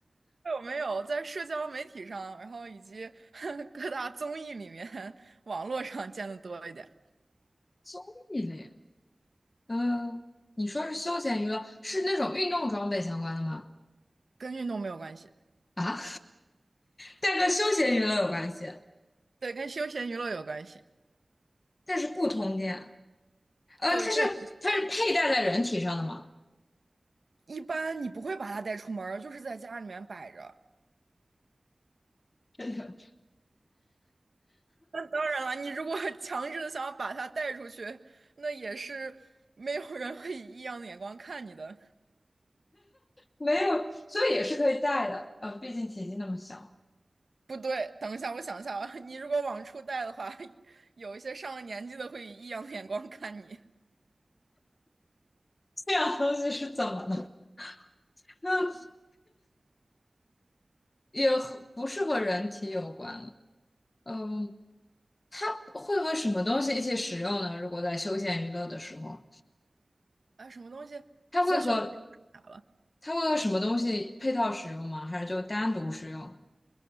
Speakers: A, on the right (about 65°); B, on the left (about 60°).
A: 道有没有在社交媒体上，然后以及 <laughs> 各大综艺里面、网络上见的多一点，
B: 综艺类，嗯、你说是休闲娱乐，是那种运动装备相关的吗？
A: 跟运动没有关系，
B: 啊？但跟休闲娱乐有关系，
A: 对，跟休闲娱乐有关系。
B: 但是不通电。呃，
A: 对，
B: 它是它是佩戴在人体上的吗？
A: 不，一般你不会把它带出门儿，就是在家里面摆着。
B: <laughs> 真的
A: 那当然了，你如果 <laughs> 强制的想要把它带出去，那也是没有人会以异样的眼光看你的。
B: 没有，所以也是可以戴的。呃，毕竟体积那么小，
A: 不对，等一下，我想一下啊，你如果往出带的话，<laughs> 有一些上了年纪的会以异样的眼光看你。
B: 这样东西是怎么了？<laughs> 嗯，也和不是和人体有关了嗯，它会和什么东西一起使用呢？如果在休闲娱乐的时候，
A: 啊，什么东西在休息室啥了？
B: 它会和它会和什么东西配套使用吗？还是就单独使用？